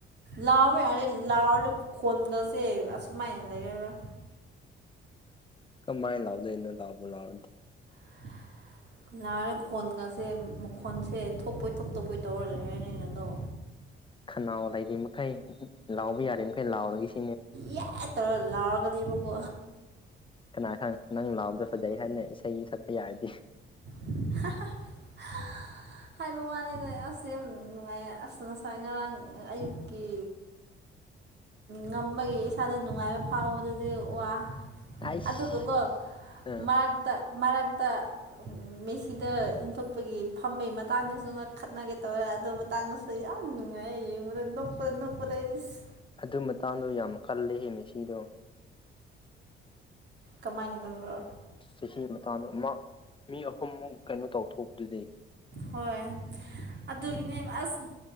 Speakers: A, on the right; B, on the left.
A: ꯂꯥꯎꯕ ꯌꯥꯔꯦ ꯂꯥꯎ ꯈꯣꯟꯒꯁꯦ ꯑꯁꯨꯃꯥꯏꯅ ꯂꯩꯔꯔꯣꯏ
B: ꯀꯃꯥꯏ ꯂꯥꯎꯗꯨꯏꯅꯣ ꯂꯥꯎꯕꯨ ꯂꯥꯎꯔꯗꯤ
A: <unintelligible> ꯂꯔꯦ ꯈꯣꯟꯒꯁꯦ ꯃꯈꯣꯟꯁꯦ ꯊꯣꯛꯄꯣꯏ ꯊꯣꯛ ꯇꯕꯣꯏ ꯇꯧꯔ ꯂꯩꯔꯅꯤꯅ ꯑꯗꯣ
B: ꯈꯅꯥꯎ ꯂꯩꯔꯤ ꯃꯈꯩ ꯂꯥꯎꯕ ꯌꯥꯔꯤ ꯃꯈꯩ ꯂꯥꯎꯔꯒꯦ ꯁꯤ
A: ꯌꯦ ꯇꯧꯔ ꯂꯥꯎꯔꯛꯒꯅꯤꯕꯀꯣ
B: ꯀꯅꯥ ꯈꯪ ꯅꯪ ꯂꯥꯎꯕꯗꯣ ꯐꯖꯩ ꯍꯥꯏꯅ ꯏꯁꯩ ꯁꯛꯄ ꯌꯥꯔꯗꯤ
A: <unintelligible> ꯍꯥꯏꯕ ꯋꯥꯅꯤꯗ ꯑꯁ ꯌꯥꯝ ꯅꯨꯡꯉꯥꯏꯑ ꯑꯁ ꯉꯁꯥꯏ ꯉꯔꯥꯡ ꯑꯌꯨꯛꯀꯤ ꯉꯝꯕꯒꯤ ꯏꯁꯥꯗ ꯅꯨꯡꯉꯥꯏꯕ ꯐꯥꯎꯕꯗꯨꯗꯤ ꯋꯥ
B: ꯑꯩꯁ
A: ꯑꯗꯨꯒꯀꯣ
B: ꯑꯥ
A: ꯃꯔꯛꯇ ꯃꯔꯛꯇ ꯃꯦꯁꯤ ꯁꯤꯗ ꯏꯟꯊꯣꯛꯄꯒꯤ ꯐꯝꯕꯩ ꯃꯇꯥꯡꯗꯁꯨꯅ ꯈꯠꯅꯒꯦ ꯇꯧꯔꯦ ꯑꯗꯨ ꯃꯇꯥꯡꯗꯁꯨ ꯌꯥꯝ ꯅꯨꯡꯉꯥꯏꯌꯦ ꯌꯦꯡꯕꯗ ꯅꯣꯛꯄꯗ ꯅꯣꯛꯄꯗ ꯅꯩꯗꯤ ꯁꯤ
B: ꯑꯗꯨ ꯃꯇꯥꯡꯗꯣ ꯌꯥꯝ ꯀꯜꯂꯦꯍꯦ ꯃꯦꯁꯤꯗꯣ
A: ꯀꯃꯥꯏꯅ ꯀꯜꯕ꯭ꯔꯣ
B: ꯆꯍꯤ ꯃꯇꯥꯡꯗꯣ ꯃꯥ ꯃꯤ ꯑꯍꯨꯝꯃꯨꯛ ꯀꯩꯅꯣ ꯇꯧꯊꯣꯛꯄꯗꯨꯗꯤ
A: ꯍꯣꯏ ꯑꯗꯨꯒꯤꯅꯦ ꯑꯁ